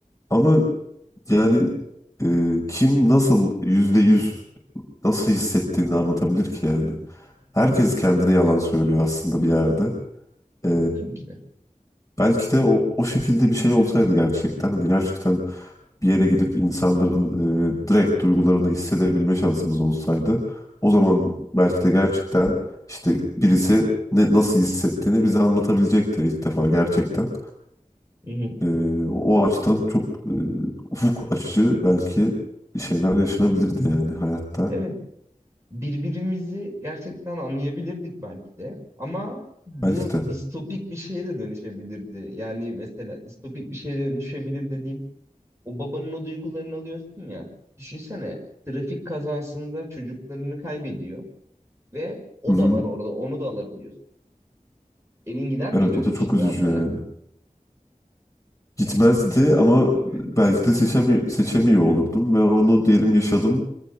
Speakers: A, on the left; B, on the right.
A: Ama yani e, kim nasıl yüzde yüz nasıl hissettiğini anlatabilir ki yani. Herkes kendine yalan söylüyor aslında bir yerde. Ee,
B: Tabii ki de.
A: belki de o, o şekilde bir şey olsaydı gerçekten hani gerçekten bir yere gidip insanların e, direkt duygularını hissedebilme şansımız olsaydı o zaman belki de gerçekten işte birisi ne nasıl hissettiğini bize anlatabilecekti ilk defa gerçekten.
B: Hı hı.
A: Ee, o açıdan çok e, ufuk açıcı belki şeyler yaşanabilirdi yani hayatta
B: Evet. Birbirimizi gerçekten anlayabilirdik belki de. Ama bu
A: belki de.
B: distopik bir şeye de dönüşebilirdi. Yani mesela distopik bir şeye dönüşebilir dediğim o babanın o duygularını alıyorsun ya. Düşünsene trafik kazasında çocuklarını kaybediyor ve o
A: Hı hı.
B: da var orada onu da alabiliyorsun. Elin gider
A: Evet
B: miydi öyle
A: o da
B: bir
A: çok
B: şeyi
A: üzücü
B: almaya?
A: yani. Gitmezdi ama
B: <laughs>
A: belki de seçemi seçemiyor olurdum ve onu diyelim yaşadım.